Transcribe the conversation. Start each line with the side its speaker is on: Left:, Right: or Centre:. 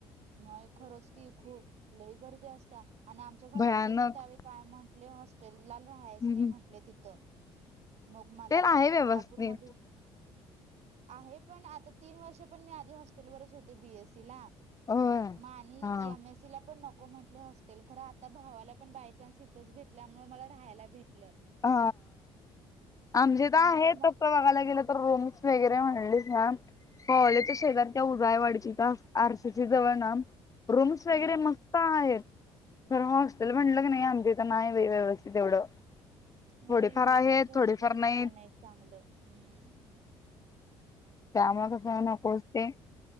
Right: नाय खरंच की खुप लय गर्दी असत्या आणि आमचे घरातले
Left: भयानक
Right: पण त्यावेळी काय म्हण आपले हॉस्टेलला राहायच
Left: हम्म.
Right: नाय म्हटले तिथं मग मला काय
Left: आहे
Right: ते
Left: व्यवस्थित
Right: कोल्हापूर मधून आहे पण आता तीन वर्ष पण मी आधी हॉस्टेलवरच होते बी एस सी ला
Left: होय
Right: मा आणि
Left: हा
Right: एम एस सी ला पण नको म्हंटले हॉस्टेल खरं आता भावाला पण बाय चान्स इथच भेटल्यामुळ मला राहायला भेटलं.
Left: हा आमच्या इथ आहे
Right: नाहीतर मग
Left: तसं बघाला गेलं रूम्स वगैरे म्हणलीस ना पवलेच्या
Right: हम्म
Left: शेजार त्या उजायवाडी च्या इथं आर सी सी जवळ ना रूम्स
Right: हम्म
Left: वगैरे मस्त आहेत. पण हॉस्टेल म्हटलं क नाय आमच्या इथं नाय बय व्यवस्थित एवढं
Right: हो
Left: थोडेफार
Right: युनिव्हर्सिटीच
Left: आहेत
Right: हॉस्टेल
Left: थोडेफार
Right: इतकं
Left: नाहीत
Right: नाईत चांगलं. हूं
Left: त्यामुळ कस नकोच ते